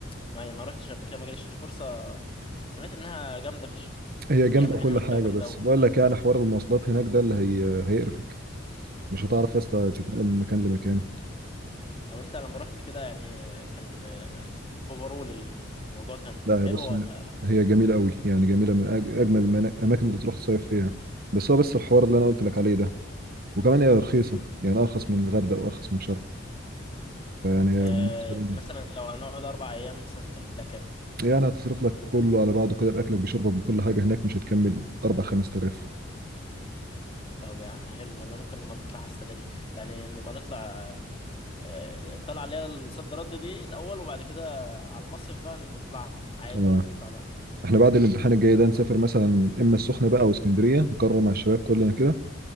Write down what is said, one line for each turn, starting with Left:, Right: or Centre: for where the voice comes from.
Left: ما ما روحتش قبل كده ما جاليش فرصة سمعت انها جامدة فشخ
Right: هي
Left: في
Right: جنب
Left: اماكن
Right: كل
Left: هناك
Right: حاجة
Left: جامدة
Right: بس
Left: قوي
Right: بقول لك يعني حوار المواصلات هناك ده اللي هي هيقرفك مش هتعرف يا اسطى تتنقل من مكان لمكان
Left: طب انت لما رحت كده يعني كان اوفرول الموضوع كان
Right: لا
Left: حلو
Right: هي بص
Left: ولا
Right: هي جميلة قوي يعني جميلة من أج- أجمل الأماكن اللي تروح تصيف فيها بس هو بس الحوار اللي أنا قلت لك عليه ده وكمان هي رخيصة يعني أرخص من الغردقة وأرخص من شرم فيعني
Left: آه،
Right: بالنسبة لي-
Left: مثلا لو هنقعد اربع ايام مثلا تكلف لها كام
Right: يعني هتصرف لك كله على بعضه كده بأكلك بشربك بكل حاجة هناك مش هتكمل 4 5000
Left: طب يا عم حلو والله ممكن نبقى نطلعها السنه دي يعني نبقى نطلع آه، طلع اللي هي الصد رد دي الاول وبعد كده على المصيف بقى نطلعها عادي
Right: آه.
Left: نطلع ده
Right: احنا بعد الامتحان الجاي ده نسافر مثلا إما السخنة بقى أو اسكندرية نقرر مع الشباب كلنا كده